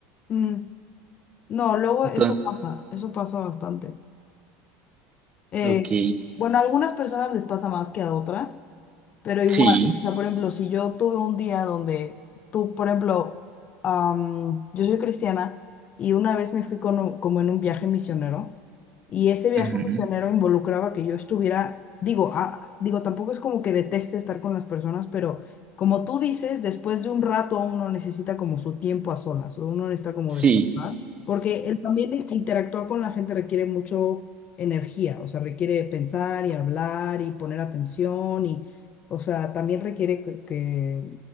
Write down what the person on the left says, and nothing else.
Mm, No, luego
eso pasa, eso pasa bastante. Eh,
bueno, a algunas personas les pasa más que a otras. Pero igual,
o sea, por ejemplo, si yo tuve un día donde tú, por ejemplo, am, yo soy cristiana y una vez me fui con un- como en un viaje misionero y ese viaje
misionero involucraba que yo estuviera, digo, ah, digo, tampoco es como que deteste estar con las personas, pero como tú dices, después de un rato uno necesita como su tiempo a solas, o uno necesita como
descansar, porque el también in- interactuar con la gente requiere mucho energía, o sea, requiere pensar y hablar y poner atención y o sea, también requiere que, que,